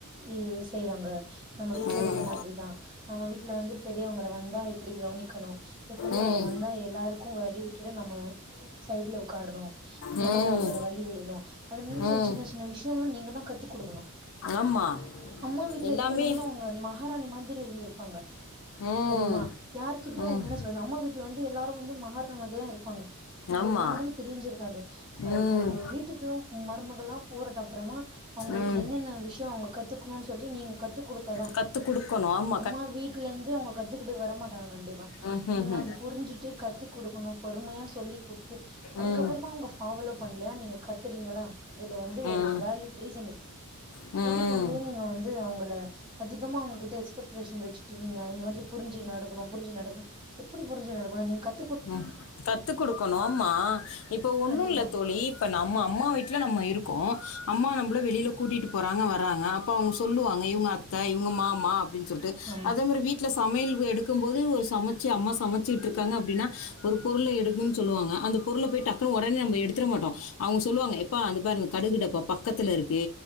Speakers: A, on the right (about 20°); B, on the left (about 65°).
A: இ செய்வாங்க நம்ம வீட்ல
B: ம்
A: இந்த மாதிரிதா நம்ம வீட்ல வந்து பெரியவங்கல வந்தா இப்புடி கவனிக்கணோ பெரியவங்க
B: ம்
A: வந்தா எல்லாருக்கு வழி விட்டுட்டு நம்மோ சைடு்ல ஒக்காரணோ மொதல்ல
B: ம்
A: அவங்கள வளி விடணோ அது மாரி
B: ம்
A: சின்ன சின்ன விஷ்யோலா நீங்கதா த்து குடுக்கணோ
B: ஆமா
A: அம்மா வீட்ல
B: எல்லாமே
A: இருக்கனும்னோ அவுங்க மகாராணி மாதிரி இருந்த்ருப்பாங்க
B: ம்
A: தெரியுமா யாருகிட்டயு
B: ம்
A: என்ன சொல்றது அம்மா வீட்ல வந்து எல்லாரு வந்து மகாராணி மாதிரிதா இருப்பாங்க உங்குளுக்கு
B: ஆமா
A: ஒன்னும் தெரிஞ்சிருக்காது அ
B: ம்
A: ஒரு வீட்டுக்கு மருமகளா போறட்டப்பறமா அவுங்குளுக்கு
B: ம்
A: என்னென்ன விஷ்யோ அவுங் கத்துக்கணோன்னு சொல்லி நீங்க கத்து குடுத்தாதா
B: கத்து குடுக்கணோம்
A: அம்மா வீட்ல இருந்து அவுங்க கத்துக்கிட்டு வர மாட்டாங்க கண்டிப்பா
B: ம், ம்,
A: நீங்க அது புரிஞ்சி ட்டு கத்து குடுக்கணும் பொறுமையா சொல்லி் குடுத்து அதுக்கப்புறமா
B: ம்.
A: அவுங்க ஃபாவலோ பண்ணலயா நீங்க கத்துறீங்களா அதுல வந்து
B: ம்
A: ஒரு வேலிட் ரீசன் இருக்கு
B: ம்
A: புது
B: ம்
A: பொண்ணுனு நீங்க வந்து அவுங்கல அதிகமா அவங்க கிட்ட பிரிப்ரேஷன் வெச்சுட்டு நீங்க அந்த மாதிரி புரிஞ்சி நடக்கணோ புரிஞ்சி நடக்கணோ எப்புடி புரிஞ்சி நடக்கணோனு நீங்க கத்
B: ம் கத்து குடுக்கணோ ஆமா இப்ப ஒண்ணோ
A: கண்டிப்பா
B: இல்ல தோ ழி இப்ப நம்ம அம்மா வீட்ல நம்ம இருக்கோ அம்மா நம்மள வெளில கூட்டிட்டு போறாங்க வர்றாங்க அப் போ அவுங்க சொல்லுவாங்க இவுங்க அத்த இவுங்க மாமா அப்டீன்னு சொல்ட்டு
A: ஆமா
B: அதே மாரி வீட்ல சமையல் எடுக்கும் போது ஒரு சமைச்சு அம்மா சமைச்சுட்ருக்காங்க அப்டீன்னா ஒரு பொருள்ல எடுக்கணுன்னு சொல்லுவாங்க அந்த பொருள்ள போயிட்டு டக்குனு ஒடனே நம்ம எத்துட மாட்டோ அவுங்க சொல்லுவாங்க பா அது பாருங்க கடுகு டப்பா பக் கத்துல இருக்கு